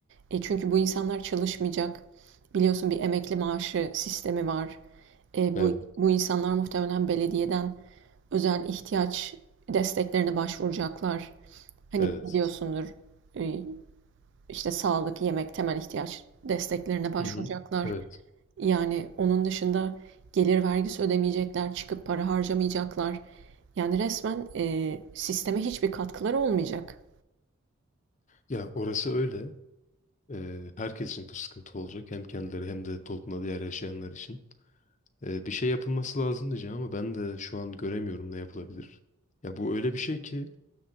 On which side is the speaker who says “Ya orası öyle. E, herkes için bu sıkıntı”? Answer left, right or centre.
Left